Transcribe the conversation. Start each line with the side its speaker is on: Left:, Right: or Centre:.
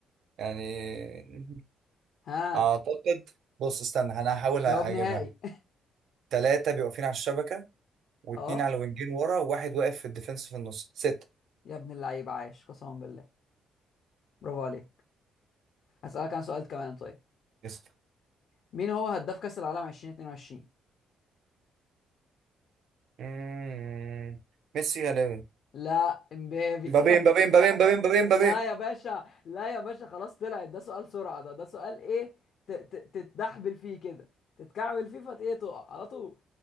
Right: يعني <laughs>
Left: ها
Right: أعتقد بص استنى أنا هحاول
Left: جواب
Right: أجيبها
Left: نهائي
Right: تلاتة بيبقوا واقفين على الشبكة واتنين
Left: <laughs> اه
Right: على الوينجين ورا وواحد واقف في الديفنس في النص ستة
Left: يا ابن اللعيب عاش قسما بالله برافو عليك هسألك عن سؤال كمان طيب
Right: يس
Left: مين هو هداف كأس العالم 2022
Right: مم. ميسي غالبا
Left: لا امبابي
Right: مبابي
Left: <laughs>
Right: مبابي مبابي مبابي مبابي مبابي
Left: لا يا باشا لا يا باشا خلاص طلعت ده سؤال سرعة ده ده سؤال ايه ت... ت... تتدحبل فيه كده تتكعبل فيه فت ايه تقع على طول